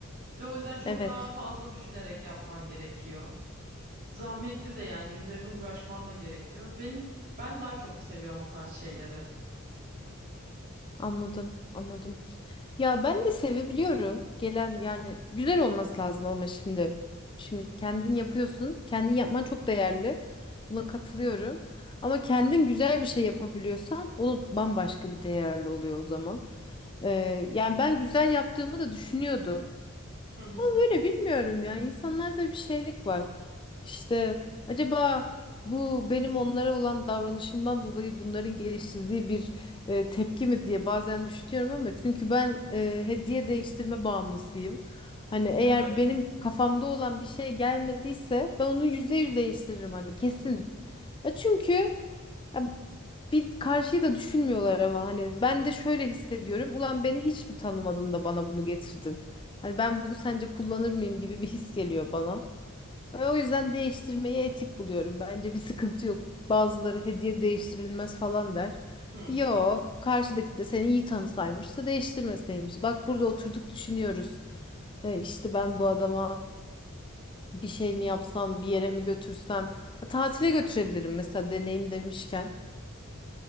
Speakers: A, on the right; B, on the left.
A: Ve o yüzden çok
B: Evet,
A: daha fazla düşünerek yapman gerekiyor. Zahmetli de yani üzerine uğraşman da gerekiyor. Ben ben daha çok seviyorum o tarz şeyleri.
B: anladım, anladım. Ya ben de sevebiliyorum. Gelen yani güzel olması lazım ama şimdi. Şimdi kendin yapıyorsun. Kendin yapman çok değerli. Buna katılıyorum. Ama kendin güzel bir şey yapabiliyorsan o bambaşka bir değerli oluyor o zaman. Ee, yani ben güzel yaptığımı da düşünüyordum.
A: Hı hı.
B: böyle bilmiyorum ya. İnsanlarda bir şeylik var. İşte acaba bu benim onlara olan davranışımdan dolayı bunların geliştirdiği bir e, tepki mi diye bazen düşünüyorum ama çünkü ben e, hediye değiştirme bağımlısıyım. Hani
A: Evet.
B: eğer benim kafamda olan bir şey gelmediyse ben onu yüzde yüz değiştiririm hani kesin. Ya çünkü ya bir karşıyı da düşünmüyorlar ama hani ben de şöyle hissediyorum. Ulan beni hiç mi tanımadın da bana bunu getirdin? Hani ben bunu sence kullanır mıyım gibi bir his geliyor bana. Ve o yüzden değiştirmeyi etik buluyorum. Bence bir sıkıntı yok. Bazıları hediye değiştirilmez falan der.
A: Hı.
B: Yo, karşıdaki de seni iyi tanısaymış da değiştirmeseymiş. Bak burada oturduk düşünüyoruz. E, işte ben bu adama bir şey mi yapsam, bir yere mi götürsem. Ha, Tatile götürebilirim mesela deneyim demişken.